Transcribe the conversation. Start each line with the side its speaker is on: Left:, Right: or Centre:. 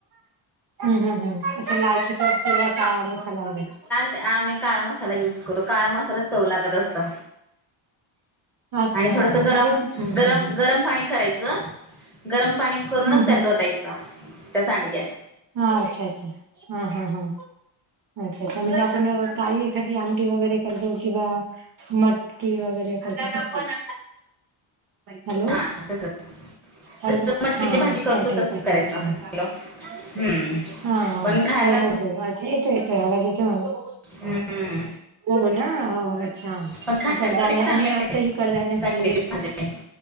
Right: हम्मं हम्मं असं लालची तिखट किंवा काळा मसाला घालायचा
Centre: त्यां आम्ही काळा मसाला युज करूं काळा मसालाच चव लागत असतो.
Right: अच्छा
Centre: आणि थोडंसं गरम
Right: अरे वा हम्म
Centre: गरम
Right: हम्म हम्म
Centre: गरम पाणी करायचं गरम पाणी करूंनच
Right: हम्म
Centre: त्यात ओतायचं त्यां सांडगयात.
Right: हां अच्छा अच्छा हां हां हां अच्छा अच्छा म्हणजे आपणं काही एखादी आमटी वगैरें करतों किंवा मटकी वगैरे करतातं हॅलो!
Centre: हा तसच
Right: हॅलो
Centre: जस
Right: हां
Centre: मटकीची भाजी
Right: हां
Centre: करतो
Right: त्या टाईप
Centre: तसच
Right: अच्छा!
Centre: करायचं
Right: अच्छा!
Centre: हॅलो
Right: !
Centre: हम्म
Right: हां
Centre: पण खायला
Right: हो हो हो <unintelligible> ये येतोय आवाज येतोयं मला
Centre: हम्म
Right: हो नां अच्छा!
Centre: पण खाण्यासाठी
Right: कडधान्ये
Centre: चांगलं
Right: आणि
Centre: आहे
Right: असंही
Centre: ते
Right: कडधान्ये
Centre: सांडग्याची
Right: खाल्लेले
Centre: भाजी